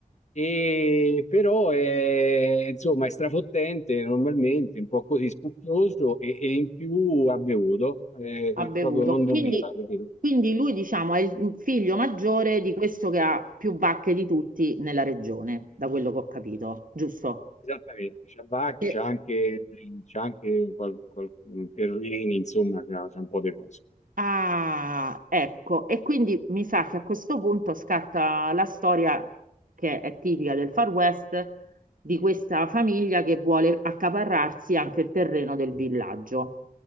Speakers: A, on the left (about 50°); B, on the right (about 65°).
A: e però è, insomma, è strafottente normalmente, un po' così spocchioso e, e in più ha bevuto, eh,
B: ha bevuto.
A: proprio non doveva.
B: Quindi,
A: capito?
B: quindi lui, diciamo, è il figlio maggiore di questo che ha più vacche di tutti nella regione, da quello che ho capito, giusto?
A: Esattamente, c'ha Bacchi,
B: Sì.
A: c'ha anche, c'ha anche qual, qual- Perlini, insomma, c'ha c'ha un po' di cose.
B: Ah, ecco, e quindi mi sa che a questo punto scatta la storia che è tipica del Far West di questa famiglia che vuole accaparrarsi anche il terreno del villaggio.